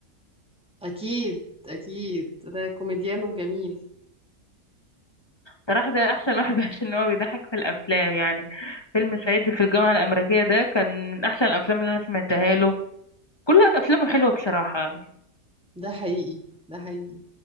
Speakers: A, in the centre; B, on the left.
A: اكيد اكيد ده كوميديان وجميل
B: صراحة ده أحسن واحد <laughs> عشان هو بيضحك في الأفلام يعني فيلم صعيدي في الجامعة الأمريكية ده كان من أحسن الأفلام اللي أنا سمعتها له كل أفلامه حلوة بصراحة
A: ده حقيقي ده حقيقي